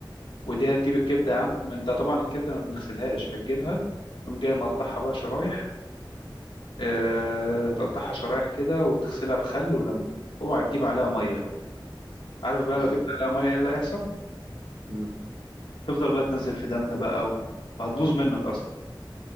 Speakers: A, on the left; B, on the right.
A: ودي هتجيب الكبدة
B: اه
A: يا عم أنت طبعا الكبدة ما بنغسلهاش هتجيبها تقوم جاي مقطعها بقى شرايح آه، تقطعها شرايح كده وتغسلها بخل وليمون اوعى تجيب عليها ميه عارف بقى
B: اه
A: لو جبت عليها ميه ايه اللي هيحصل
B: مم.
A: تفضل بقى تنزل في دم بقى و- وهتبوظ منك اصلا